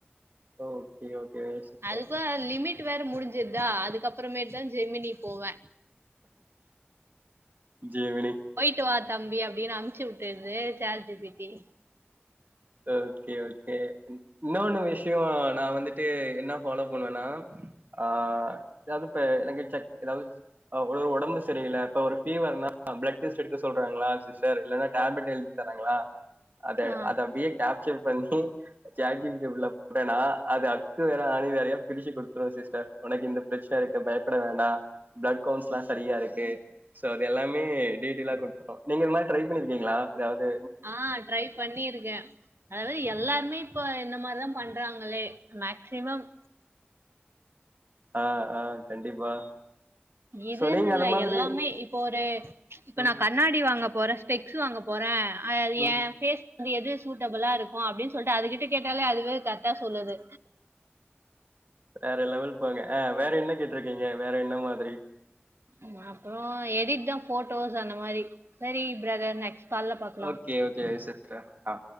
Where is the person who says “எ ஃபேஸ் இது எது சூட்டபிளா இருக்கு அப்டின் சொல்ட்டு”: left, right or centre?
Right